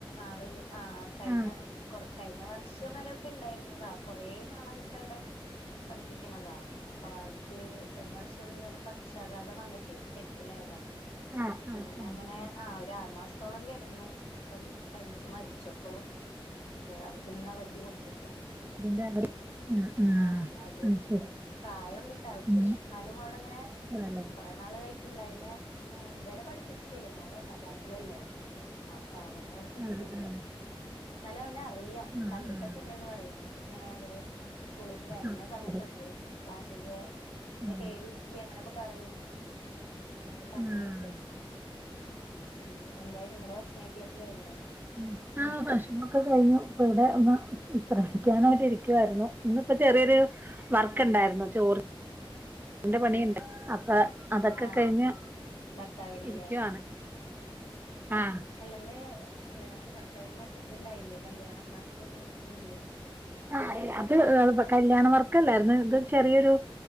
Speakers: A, on the left; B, on the right.
A: ആള് ആഹാ കഴിഞ്ഞ
B: ആഹ്
A: കൊറ- കഴിഞ്ഞ വർഷം വരൊക്കെ ഉണ്ടായിരുന്നതാ, കൊറെ- നാളായിട്ട് അവിടെ പഠിപ്പിക്കണതാ. അപ്പോ ആൾക്ക് കഴിഞ്ഞ വർഷം, എന്ത പക്ഷാഘാതം വന്നിട്ടേ, കെടുപ്പിലായതാ.
B: ആഹ്
A: പിന്നെ
B: ആഹ്
A: അങ്ങനെ ആഹാ ഒരു ആറു മാസത്തോളം കിടന്നു, ഇപ്പ കഴിഞ്ഞ- മരിച്ചു അപ്പോ അവർക്ക് ഇന്നാ അവധി കൊടുത്തക്ക.
B: അതിന്റെ അവര് ഉം ഉം
A: ആഹ് ഇന്നവധി കൊടുത്ത്ക്ക.
B: അപ്പൊ അതിന്റെ അവധി ആഹ് ആഹ് അത് ശരി
A: പ്രായം ഉണ്ടിട്ടാ ആൾക്ക്
B: ഉം
A: എന്നാലും, അവിടെങ്ങനെ.
B: ആല്ലേ
A: കുറെേ നാൾ ആയിട്ടുണ്ടായിര്ന്ന്. ഇവരെ പഠിപ്പിച്ചിട്ടില്ല, മോൻ രണ്ടാം ക്ലാസ്സിലല്ലേ. അപ്പോ അവനെ പഠിപ്പിച്ചിട്ടില്ല.
B: ആഹ് ആഹ്
A: എന്നാലും അവനെ അറിയാം,
B: ആഹ്
A: കണ്ടിട്ടൊക്കെ
B: ആഹ്
A: ഉണ്ടന്ന് പറയണ്. ഇങ്ങനെ അവര് സ്കൂളേക്ക് വരുന്ന
B: ആഹ്
A: സമയത്തൊക്കെ.
B: ശരി
A: ക്ലാസ്സിക് അങ്ങനെ
B: ആഹ്
A: കയറി ഇരിക്കി അങ്ങനെയൊക്കെ പറയും. ങ്ങനൊക്കെ പറഞ്ഞ്
B: ആഹ്
A: കേട്ടു ഉം, എന്തായി നിങ്ങളടെ ഭക്ഷണം- ക്കഴിക്കലൊക്കെ കഴിഞ്ഞോ? <inaudible>
B: ഉം. ആ ഭക്ഷണൊക്കെ കഴിഞ്ഞു ഇപ്പ ഇവിടെ ഒന്ന്- വിശ്രമിക്കാനായിട്ട് ഇരിക്കുവായിരുന്നു, ഇന്നിപ്പോ ചെറിയൊരു- വർക്ക്
A: ആഹ്
B: ഉണ്ടായിരുന്നു, ചോറ്ന്റെ പണിയുണ്ട് അപ്പോ - അതൊക്കെ
A: ആഹ്
B: കഴിഞ്ഞ്
A: ഭർത്താവിനില്ലേ
B: ഇരിക്കുവാണ്. ആഹാ..
A: അല്ലെന്ന് ഭർത്താവിന് മറ്റേ- ഇതുണ്ടായില്ലേ? കല്യാണ വർക്കൊന്നും ഒന്നുമില്ലേ?
B: ആഹാ അത് കല്യാണ വർക്കല്ലായിരുന്നു, ഇത് ചെറിയൊരു-